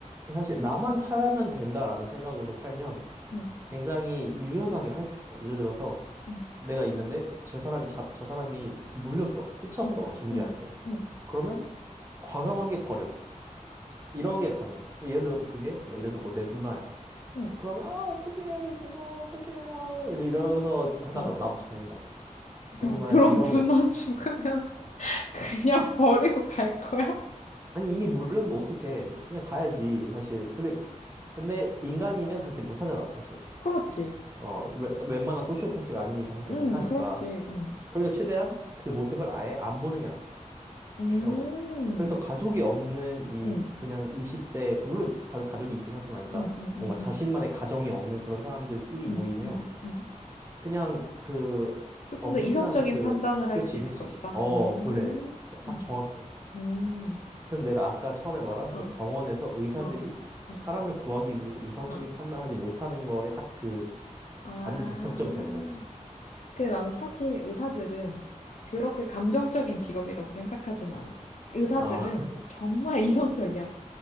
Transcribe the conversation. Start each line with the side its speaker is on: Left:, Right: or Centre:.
Right: 사실 나만 살면 된다라는 생각으로 살면
Left: 음,
Right: 굉장히 유연하게 할 수 있어. 예를 들어서
Left: 음,
Right: 내가 있는데 저 사람이, 잡, 저 사람이 물렸어. 스쳤어.
Left: 음,
Right: 막 좀비한테.
Left: 음, 음,
Right: 그러면 과감하게 버려. 이런 게 가능해. 근데 예를 들어서 그게 뭐 예를 들어서 뭐 내 누나야.
Left: 음.
Right: 그러면 아 어떡해 내 누나 어떡해 아, 이러- 이러면서 하다가
Left: 음.
Right: 나도 죽는다고.
Left: <laughs>
Right: 하지만
Left: 그럼
Right: 이런
Left: 누나
Right: 거
Left: 죽으면 <laughs> 그냥 버리고 갈 거야?
Right: 아니 이미 물렸는데 어떡해 그냥 가야지 사실. 근데 근데 인간이면 그렇게 못 하잖아 사실.
Left: 그렇지.
Right: 어 웬- 웬만한 소시오패스가 아닌 이상 그렇게
Left: 음,
Right: 못 하니까.
Left: 그렇지. 음.
Right: 그러니까 최대한 그 모습을 아예 안 보는 게 낫다
Left: 음.
Right: 이런 거지. 그래서 가족이 없는 이
Left: 음,
Right: 그냥 20대 물론 다 가족이 있긴 하지만 그러니까
Left: 음, 음, 음,
Right: 뭔가 자신만의
Left: 음,
Right: 가정이 없는 그런 사람들끼리
Left: 음,
Right: 모이면
Left: 음, 음.
Right: 그냥 그
Left: 조금
Right: 엄청난
Left: 더 이성적인
Right: 그
Left: 판단을 할
Right: 그치
Left: 수 있을
Right: 그치
Left: 것이다.
Right: 어
Left: 음,
Right: 그래 딱
Left: 음.
Right: 정확해
Left: 음,
Right: 그래서 내가 아까 처음에 말한
Left: 어,
Right: 그 병원에서 의사들이
Left: 어, 어,
Right: 사람을 구하기 위해서 이성적인
Left: 어.
Right: 판단하지 못하는 거에 딱 그
Left: 아.
Right: 반대 대척점이 되는 거지
Left: 근데 난 사실 의사들은 그렇게 감정적인 직업이라고 생각하진 않아. 의사들은
Right: 아어
Left: 정말 <laughs> 이성적이야.